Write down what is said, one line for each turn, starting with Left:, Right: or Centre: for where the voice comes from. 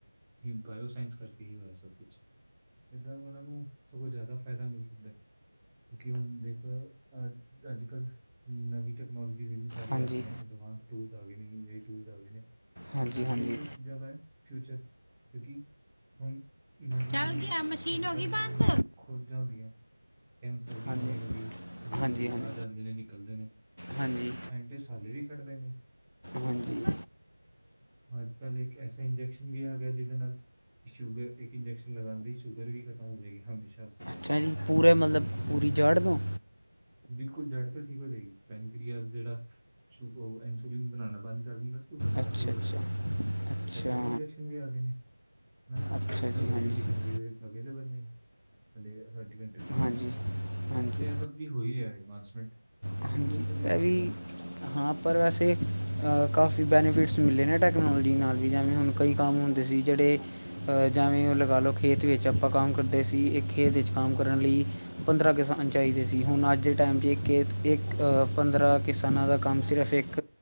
Centre: ਵੀ ਬਾਇਓ ਸਾਇੰਸ ਕਰਕੇ ਹੀ ਹੋਇਆ ਸਭ ਕੁਛ ਇੱਦਾਂ ਉਹਨਾਂ ਨੂੰ। ਸਗੋਂ ਜ਼ਿਆਦਾ ਫ਼ਾਇਦਾ ਮਿਲ ਸਕਦਾ ਹੈ। ਕਿਉਂਕਿ ਹੁਣ ਦੇਖ ਅ ਅੱਜ ਕੱਲ੍ਹ ਨਵੀਂ ਟੈਕਨੋਲਜੀ। ਸਾਰੀਆਂ
Left: ਹਾਂਜੀ
Centre: ਆ ਗਈਆਂ ਐਡਵਾਂਸ ਟੂਲਸ ਆ ਗਏ ਨੇ ਏ ਆਈ ਟੂਲ ਆ ਗਏ
Left: ਹਾਂਜੀ
Centre: ਨੇੱਗੇ
Left: ਹਾਂਜੀ
Centre: ਚੀਜ਼ਾਂ ਲਾਏ ਫਿਊਚਰ ਕਿਉਂਕਿ ਹੁਣ ਨਵੀਂ
Left: ਚੱਲ
Centre: ਜਿਹੜੀ
Left: ਗਿਆ ਮਸ਼ੀਨ
Centre: ਅੱਜ
Left: ਹੋ
Centre: ਕੱਲ੍ਹ
Left: ਗਈ
Centre: ਨਵੀਂ
Left: ਬੰਦ
Centre: ਨਵੀਂ ਖੋਜਾਂ ਹੁੰਦੀਆਂ ਕੈਂਸਰ ਦੀ
Left: ਹਾਂਜੀ
Centre: ਨਵੀਂ ਨਵੀਂ ਜਿਹੜੀ
Left: ਹਾਂਜੀ
Centre: ਇਲਾਜ
Left: ਹਾਂਜੀ
Centre: ਆਉਂਦੇ ਨੇ ਨਿਕਲਦੇ ਨੇ ਉਹ
Left: ਹਾਂਜੀ
Centre: ਸਭ ਸਾਇੰਟਿਸਟ ਹਾਲੇ ਵੀ ਕੱਢਦੇ ਨੇ ਸੋਲਿਊਸ਼ਨ
Left: ਹਾਂਜੀ
Centre: ਅੱਜ ਕੱਲ੍ਹ ਇੱਕ ਐਸਾ ਇੰਜੈਕਸ਼ਨ ਵੀ ਆ ਗਿਆ ਜਿਹਦੇ ਨਾਲ ਕਿ ਸ਼ੂਗਰ ਇੱਕ ਇੰਜੈਕਸ਼ਨ ਲਗਾਉਂਦੇ ਸ਼ੂਗਰ ਵੀ ਖਤਮ ਹੋ ਜਾਏਗੀ ਹਮੇਸ਼ਾ
Left: ਅੱਛਾ ਜੀ ਪੂਰੇ ਮਤਲਬ
Centre: ਐਦਾਂ ਦੀ ਚੀਜ਼ਾਂ
Left: ਪੂਰੀ
Centre: ਵੀ
Left: ਜਾੜ੍ਹ ਤੋਂ
Centre: ਬਿਲਕੁਲ ਜੜ੍ਹ ਤੋਂ ਠੀਕ ਹੋ ਜਾਏਗੀ ਪੈਨਕ੍ਰਆ ਜਿਹੜਾ ਸਨ ਬਣਾਉਣਾ ਬੰਦ ਕਰ ਦਿੰਦਾ ਸਕੂ ਬਣਉਣਾ
Left: ਅੱਛਾ
Centre: ਸ਼ੁਰੂ ਹੋ
Left: ਅੱਛਾ
Centre: ਜਾਏਗਾ
Left: ਅੱਛਾ
Centre: ਇਏਦਾਂ ਦੇ ਇੰਜੈਕਸ਼ਨ ਵੀ ਆ ਗਏ ਨੇ ਹਨਾਾਂ
Left: ਅੱਛਾ ਜੀ
Centre: ਵੱਡੀ
Left: ਹਾਂਜੀ
Centre: ਵੱਡੀ ਕੰਟਰੀ ਦੇ ਵਿੱਚ ਅਵੇਲੇਬਲ ਨੇ ਹਲੇ ਸਾਡੀ ਕੰਟ ਚ ਤਾਂ
Left: ਹਾਂਜੀ
Centre: ਨਹੀਂ ਹੈ
Left: ਹਾਂਜੀ
Centre: ਤੇ ਇਹ ਸਭ ਵੀ ਹੋ ਰਿਹਾ ਐਡਵਾਂਸਮੈਂਟ ਕਿਉਂਕਿ
Left: ਹਾਂਜੀ
Centre: ਇਹ ਕਦੀ ਰੁਕੇਗਾ
Left: ਵੀ
Centre: ਨੀ
Left: ਹਾਂ ਪਰ ਵੈਸੇ ਕਾਫੀ ਬੈਨੀਫਿਟਸ ਮਿਲੇ ਨੇ ਟੈਕਨੋਲੋਜੀ ਨਾਲ ਵੀ ਜਿਵੇਂ ਹੁਣ ਕਈ ਕੰਮ ਹੁੰਦੇ ਸੀ ਜਿਹੜੇ ਅਹ ਜਵੇਂ ਉਹ ਲਗਾ ਲਓ ਖੇਤ ਵਿੱਚ ਆਪਾਂ ਕੰਮ ਕਰਦੇ ਸੀ ਇੱਕ ਖੇਤ ਵਿੱਚ ਕੰਮ ਕਰਨ ਲਈ ਪੰਦਰਾਂ ਕਿਸਾਨ ਚਾਹੀਦੇ ਸੀ ਹੁਣ ਅੱਜ ਦੇ ਟਾਈਮ 'ਚ ਇੱਕੇਤ ਇੱਕ ਪੰਦਰਾਂ ਕਿਸਾਨਾਂ ਦਾ ਕੰਮ ਸਿਰਫ਼ ਇੱਕ